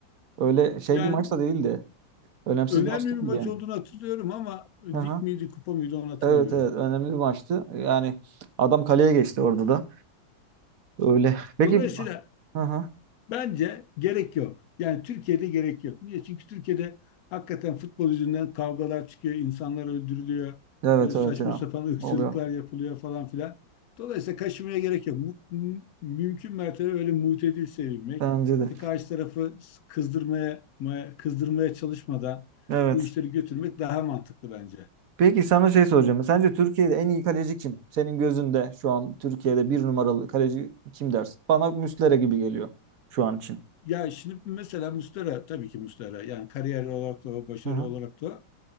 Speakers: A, on the right; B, on the left.
A: Öyle şey
B: Yani
A: bir maç da değildi. Önemsiz
B: önemli
A: bir maç
B: bir
A: değildi
B: maç
A: yani.
B: olduğunu hatırlıyorum ama lig
A: Aha.
B: miydi kupa mıydı onu hatırlamıyorum.
A: Evet evet önemli bir maçtı. Yani adam kaleye geçti orada da. Öyle. Peki
B: Dolayısıyla
A: aha.
B: Bence gerek yok. Yani Türkiye'de gerek yok. Niye? Çünkü Türkiye'de hakikaten futbol yüzünden kavgalar çıkıyor, insanlar öldürülüyor,
A: Evet
B: böyle saçma
A: evet ya.
B: sapan ırkçılıklar
A: Oluyor.
B: yapılıyor falan filan. Dolayısıyla kaşımaya gerek yok. Mu- mu- Mümkün mertebe öyle mutedil sevilmek,
A: Bence de.
B: işte karşı tarafı kızdırmaya maya- kızdırmaya çalışmadan
A: Evet.
B: bu işleri götürmek daha mantıklı bence.
A: Peki sana şey soracağım. Sence Türkiye'de en iyi kaleci kim? Senin gözünde şu an Türkiye'de bir numaralı kaleci kim dersin? Bana Muslera gibi geliyor şu an için.
B: Ya şimdi mesela Mustara, tabii ki Mustara yani kariyer olarak da o, başarı
A: Hı hı.
B: olarak da o